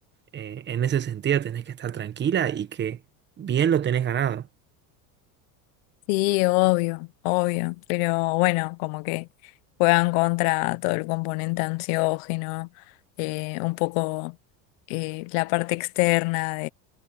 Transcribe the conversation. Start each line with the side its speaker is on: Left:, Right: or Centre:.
Right: Eh, en ese sentido tenés que estar tranquila y que bien lo tenés ganado.
Left: Sí, obvio, obvio. Pero bueno, como que juegan contra todo el componente ansiógeno, eh, un poco eh, la parte externa